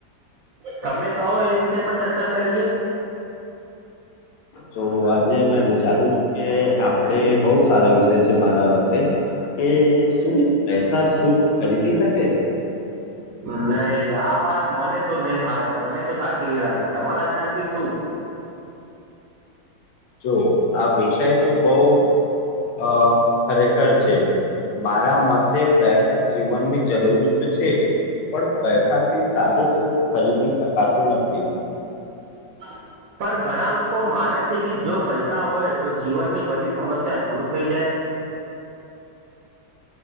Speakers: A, on the right; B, on the left.
A: તમે કહો એ વિષ પણ ચર્ચા કરીએ <inaudible>
B: તો આજે મેં વિચારું છું કે આપણે બોવ સારા વિષય છે મારા વતે એ કે શું પૈસા શું ખરીદી શકે
A: હમ્મ નહી આ વાત મને તો નહી હારે મને તો સાચી ની લાગે તમારા ખ્યાલ થી શું
B: જો આ વિષય તો બઉ અ ખરેખર છે. મારા મતે પૈસા જીવનની જરૂરી તો છે. પણ પૈસાથી સારું સૂપ ખરીદી શકાતું નથી
A: <inaudible> પણ ઘણા લોકો માને છે કે જો પૈસા હોય તો જીવનની બધી સમસ્યા દૂર થઈ જાય <inaudible>